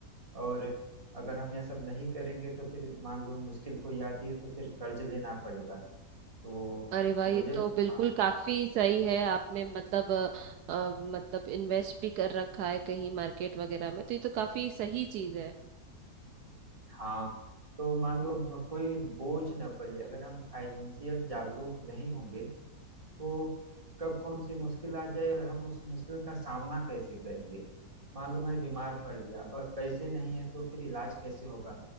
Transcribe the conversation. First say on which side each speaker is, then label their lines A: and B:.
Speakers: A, on the right (about 20°); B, on the right (about 75°).
A: और अगर हम यह सब नहीं करेंगे तो फिर मान लो मुश्किल कोई आती है तो फिर कर्ज लेना पड़ेगा तो
B: अरे भाई
A: मुझे
B: ये तो बिल्कुल
A: हाँ,
B: काफी सही है आपने मतलब अ, अ, मतलब इन्वेस्ट भी कर रखा है कहीं मार्केट वगैरह में तो ये तो काफी सही चीज है
A: हाँ तो मान लो ब- कोई बोझ ना पड़े अगर हम फाइनेंशियल जागरूक नहीं होंगे तो कब कौन सी मुश्किल आ जाए और हम उस मुश्किल का सामना कैसे करेंगे मान लो मैं बीमार पड़ गया और पैसे नहीं है तो फिर इलाज कैसे होगा